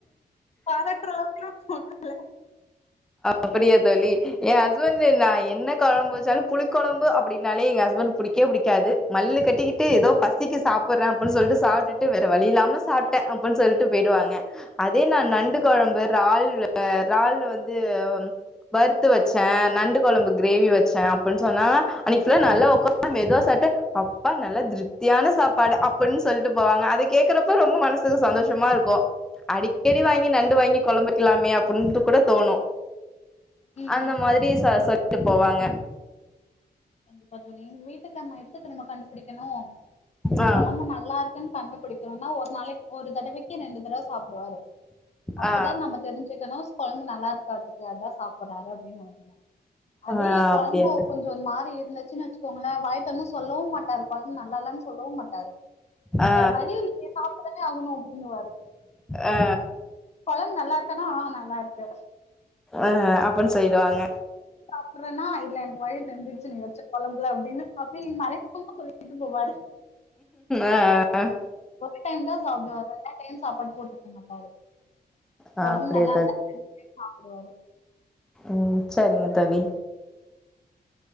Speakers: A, on the left; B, in the centre.
A: பாராட்டுற அளவுக்குலா ஒன்னுல
B: அப்டியா தோழி ஏ ஹஸ்பண்ட் நா என்ன கொழம்பு வச்சாலு புளி கொழம்பு அப்டின்னாலே எங்க ஹஸ்பண்ட் புடிக்கவே புடிக்காது மல்லு கட்டிக்கிட்டு எதோ பசிக்கு சாப்பர்றே அப்டின்னு சொல்லிட்டு சாப்ட்டுட்டு வேற வழி இல்லாம சாப்ட்டே அப்டின்னு சொல்ட்டு பொயிடுவாங்க அதே நா நண்டு கொழம்பு
A: கண்டிப்பா
B: ரால்
A: தோழி
B: இறால் வந்து வறுத்து வச்சே நண்டு கொழம்பு கிரேவி வச் சே அப்டின்னு சொன்னா அன்னைக்கு ஃபுல்லா நல்லா ஒக் ஆனா மெதுவா சாப்ட்டா அப்பா நல்லா திருப்தியான சாப்பாடு அப்ன்னு சொல்ட்டு போவாங்க அத கேக்குறப்ப ரொம்ப மனசுக்கு சந்தோஷமா இருக்கு அடிக்கடி வாங்கி நண்டு வாங்கி கொழம்பு வைக்கலாமே அப்டின்டு குட தோனு
A: ம்
B: அந்த
A: ம்
B: மாதிரி ச சொ ட்டு போவாங்க
A: கண்டிப்பா தோழி எங்க வீட்டுக்கான எப்ப தெரிமா கண்டுபுடிக்கணு இப்ப
B: ஆ
A: கொழம்பு நல்லா இருக்குன்னு கண்டுபுடிக்கணுனா ஒரு நாளைக் ஒரு தடவைக்கு ரெண்டு தடவ சாப்டுவாரு அப்பதா
B: ஆ
A: நம்ப தெரிஞ்சுக்கணு கொழம்பு நல்லாருக் காட்டுக்கு அதா சாப்பட ஆரோக்யோனு நெனைக்கனு அதே
B: ஆ
A: கொழம்பா
B: அப்டியா தோ
A: கொஞ்ஜோ மா இருச்சுன்னு வச்சுக்கோங்களே வாய் தொறந்து சொல்லவு மாட்டாரு கொழம்பு நல்லாலனு சொல்லவு மாட்டாரு
B: ஆ
A: வேற வழி இல்லையே சாப்ட்டு தானே ஆகணு அப்டின்னு வாரு
B: ஆ
A: கொழம்பு நல்லா இருக்கான்னா ஆஹ் நல்லாருக்கு
B: ஆஹ் அப்ன்னு செய்வாங்க
A: சாப்பர்றேனா இல்ல வயிறு நெம்பிர்ச்சுனு நீ வச்ச கொழம்புலா அப்டின்னு அப்டி மறைமுக <unintelligible>
B: ஆஹ்
A: ஒரு டைம் தா சாப்டுவாரு ரென்டாது டைம் சாப்பாடு போட்டுக்க மாட்டாரு
B: ஆ
A: கொழம்பு
B: அப்டியா
A: நல்லாருந்தா ஓ அதுக்
B: உம் சரிங்க தோழி